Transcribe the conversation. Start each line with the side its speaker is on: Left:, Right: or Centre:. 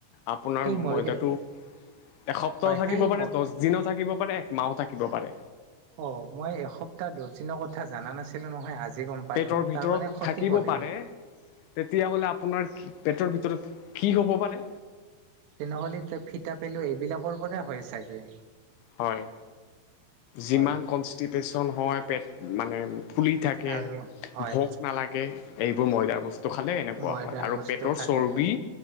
Left: আপোনাৰ
Right: সেই ময়দা
Left: ময়দাটো এসপ্তাহ
Right: হয়
Left: থাকিব
Right: সেই
Left: পাৰে
Right: ম
Left: দহ দিনো থাকিব এক মাহো থাকিব পাৰে।
Right: অ মই এসপ্তাহ দহ দিনৰ কথা জাননা নাছিলো নহয় আজি- গম পালো
Left: পেটৰ ভিতৰত
Right: তাৰমানে ক্ষতি
Left: থাকিব
Right: কৰে
Left: পাৰে তেতিয়া হ'লে আপোনাৰ পেটৰ ভিতৰত কি হ'ব পাৰে?
Right: তেনেহ'লে ফিটাপেলু এইবিলাকৰ পৰাই হয় চাগে।
Left: হয় যিমান
Right: হয়
Left: কনষ্টিপেশচন হয় পেট মানে ফুলি থাকে
Right: আৰু হয়
Left: ভোক নালাগে এইবোৰ ময়দাৰ বস্তু টো খালে এনেকুৱা
Right: ময়দাৰ
Left: হয় আৰু
Right: বস্তু
Left: পেটৰ
Right: খালে
Left: চৰ্বি
Right: ন